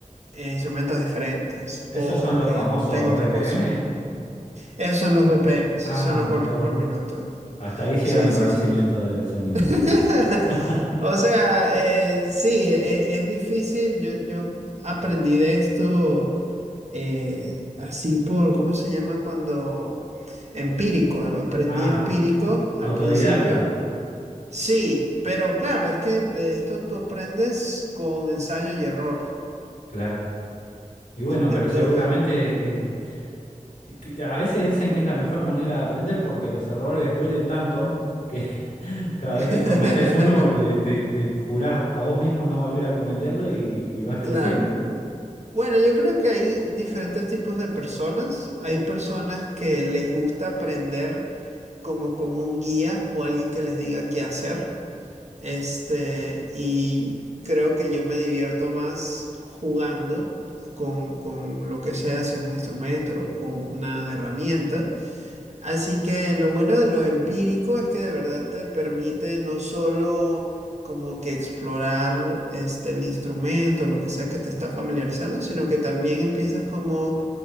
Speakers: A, on the right; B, on the left.
A: eh, instrumentos diferentes
B: ¿Esos
A: o,
B: son
A: o
B: los
A: que
B: famosos
A: tenga otra
B: BPM?
A: cosa. Esos son los BPMs,
B: Ah,
A: son los golpes
B: mirá vos.
A: por minuto.
B: Hasta ahí llega
A: Sí,
B: mi conocimiento
A: sí, sí.
B: de sonido,
A: <laughs>
B: te aviso. <laughs>
A: O sea, eh, sí, e- es, difícil. Yo, yo aprendí de esto eh, así por, ¿cómo se llama cuando? Empírico. Aprendí
B: Ah,
A: empírico al
B: autodidacta.
A: principio. Sí, pero claro, es que de esto tú aprendes con ensayo y error.
B: Claro. Y bueno, pero
A: Entonces,
B: seguramente eh, que a veces dicen que es la mejor manera de aprender porque los errores duelen tanto que <laughs> cada
A: <laughs>
B: vez que cometés uno eh, te, te jurás a vos mismo no volver a cometerlo y, y vas creciendo.
A: claro. Bueno, yo creo que hay diferentes tipos de personas. Hay personas que les gusta aprender. como con un guía o alguien que les diga qué hacer. Este, y creo que yo me divierto más jugando con, con lo que sea, si es un instrumento lo- o una herramienta. Así que lo bueno de lo empírico es que de verdad te permite no solo como que explorar este, el instrumento, lo que sea que te está familiarizando, sino que también empiezas como